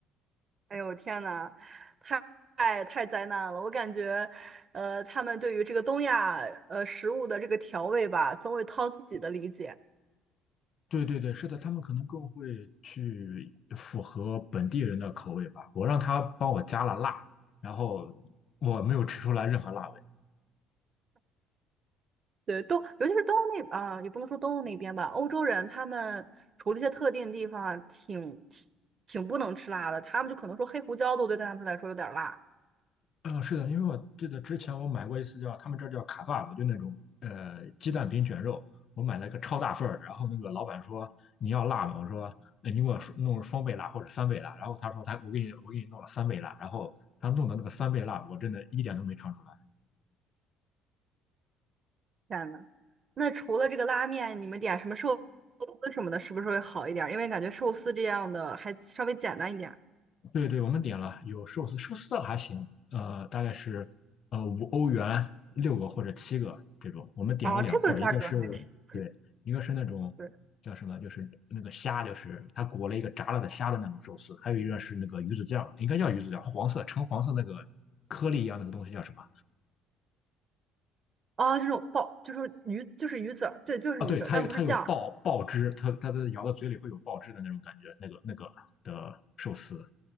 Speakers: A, on the right; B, on the left.
A: <laughs> 哎呦，天呐，太太太灾难了！我感觉，呃，他们对于这个东亚呃食物的这个调味吧，总会掏自己的理解。
B: 对对对，是的，他们可能更会去符合本地人的口味吧。我让他帮我加了辣，然后我没有吃出来任何辣味。
A: 对，东，尤其是东欧那啊、也不能说东欧那边吧，欧洲人他们除了一些特定地方啊挺挺挺不能吃辣的，他们就可能说黑胡椒都对他们来说有点儿辣。
B: 嗯、是的，因为我记得之前我买过一次叫他们这儿叫卡爸爸就那种呃鸡蛋饼卷肉，我买了个超大份儿，然后那个老板说你要辣吗？我说、呃你给我弄双倍辣或者三倍辣，然后他说他我给你我给你弄了三倍辣，然后他弄的那个三倍辣，我真的一点都没尝出来。
A: 天呐，那除了这个拉面，你们点什么寿司什么的，是不是会好一点儿？因为感觉寿司这样的还稍微简单一点。
B: 对对，我们点了有寿司，寿司倒还行，呃，大概是呃五欧元六个或者七个这种。我们点了两份儿，
A: 啊，这个价格还可以。
B: 一个是对，一个是那种叫什么，
A: 对，
B: 就是那个虾，就是它裹了一个炸了的虾的那种寿司，还有一个是那个鱼子酱，应该叫鱼子酱，黄色橙黄色那个颗粒一样那个东西叫什么？
A: 啊，这种爆就是鱼，就是鱼籽儿，对，就是鱼籽儿，
B: 啊，对，它有它有爆爆汁，
A: 但不是酱。
B: 它它的咬到嘴里会有爆汁的那种感觉，那个那个的寿司，